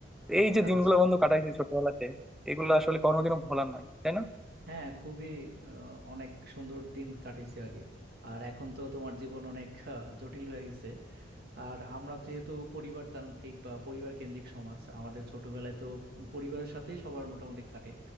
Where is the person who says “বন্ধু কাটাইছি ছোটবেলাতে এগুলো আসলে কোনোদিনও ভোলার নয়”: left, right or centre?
Centre